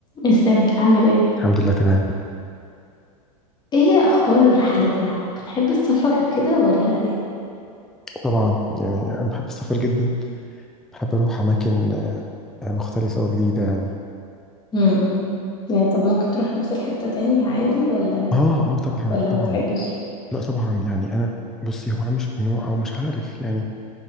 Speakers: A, on the left; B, in the centre.
A: ازيك عامل ايه
B: الحمد لله تمام
A: ايه اخبار الرحلات معاك بتحب السفر وكده ولا ايه
B: طبعا يعني انا بحب السفر جدا بحب اروح اماكن آه، مختلفه وجديده يعني
A: امم يعني طب ممكن تروح نفس الحتة تاني عادي ولا
B: اه اه طبعا
A: ولا
B: طبعا
A: ما تحبش
B: لا طبعا يعني انا بصي هو انا مش من نوع او مش عارف يعني